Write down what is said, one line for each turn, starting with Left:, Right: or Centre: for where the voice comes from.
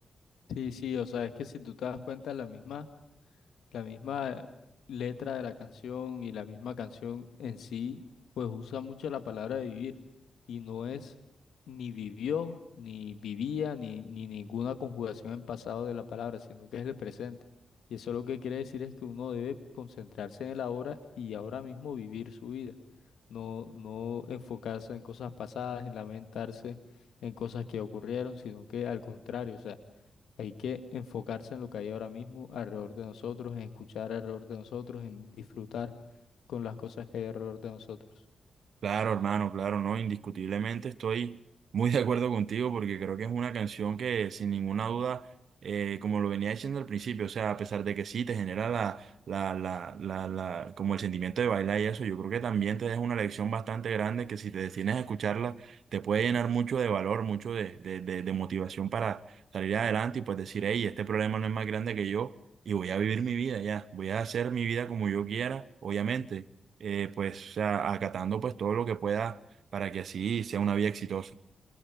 Left: Sí, sí, o sea, es que si tú te das cuenta, la misma La misma letra de la canción y la misma canción en sí, pues usa mucho la palabra vivir y no es ni vivió, ni vivía, ni, ni ninguna conjugación en pasado de la palabra, sino que es el presente. Y eso lo que quiere decir es que uno debe concentrarse en el ahora y ahora mismo vivir su vida, no, no enfocarse en cosas pasadas, en lamentarse en cosas que ocurrieron, sino que al contrario, o sea, hay que enfocarse en lo que hay ahora mismo alrededor de nosotros, en escuchar alrededor de nosotros, en disfrutar con las cosas que hay alrededor de nosotros.
Right: Claro, hermano, claro, no, indiscutiblemente estoy muy de acuerdo contigo porque creo que es una canción que sin ninguna duda, eh, como lo venía diciendo al principio, o sea, a pesar de que sí te genera la, la, la, la, la, como el sentimiento de bailar y eso, yo creo que también te deja una lección bastante grande que si te decides a escucharla, te puede llenar mucho de valor, mucho de, de, de, de motivación para salir adelante y pues decir, hey, este problema no es más grande que yo y voy a vivir mi vida ya, voy a hacer mi vida como yo quiera, obviamente eh, pues, o sea, acatando pues todo lo que pueda para que así sea una vida exitosa.